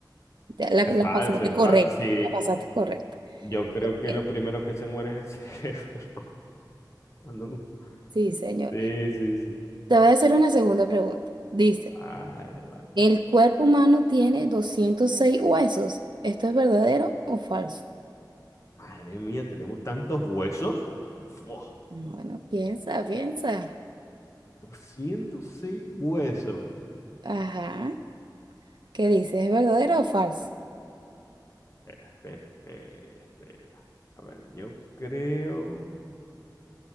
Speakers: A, on the right; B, on the left.
A: ya la,
B: Es
A: la
B: falso,
A: pasaste
B: es
A: correcta,
B: falso. Sí,
A: la pasaste correcta.
B: yo creo que
A: Eh,
B: lo primero que se muere es el cerebro. <laughs> cuando-
A: Sí, señor.
B: Sí, sí, sí.
A: Te voy a hacer una segunda pregunta. Dice,
B: Vale, vale.
A: ¿el cuerpo humano tiene 206 huesos? ¿Esto es verdadero o falso?
B: Madre mía, tenemos tantos huesos. Fu,
A: Bueno, piensa, piensa.
B: 206 huesos.
A: Ajá. ¿Qué dice? ¿Es verdadero o falso?
B: Espera, espera, espera, espera. A ver, yo creo.